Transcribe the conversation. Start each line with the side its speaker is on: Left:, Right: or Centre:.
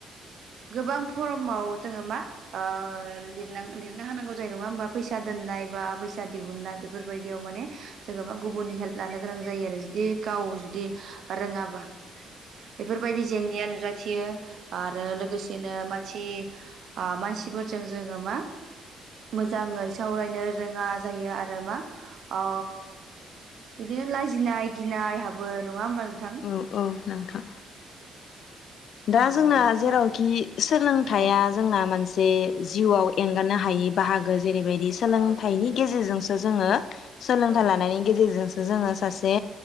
Right: गोबां फरमाव जोङो मा ओ लिरनां लिरनो हानांगौ जाय नङा होनबा फैसा सा दोननाय बा फैसा दिहुननाय बेफोर बायदियाव माने जोङो मा गुबुननि हेल्प लानो गोनां जायो आरो जुदि गाव जुदि रोङाबा बेफोरबायदि जेंनाया नुजा थियो आरो लोगोसेनो मा सि ओ मानसिफोरजों जोङो मा मोजाङै सावरायनो रोङा जायो आरो मा ओ बिदिनो लाजिनाय गिनाय हाबो नङा होमबा नोंथां?
Left: औ औ नोंथां दा
Right: ओ
Left: जोंना
Right: नोंथाङा
Left: जेरावखि सोलोंथाइया
Right: औ
Left: जोंना मानसि जे जिउआव एंगारनो हायै बाहागो जेरैबायदि सोलोंथाइनि
Right: औ नंगौ
Left: गेजेरजोंसो जोङो सोलोंथाइ
Right: औ
Left: लानायनि गेजेरजोंसो जोङो सासे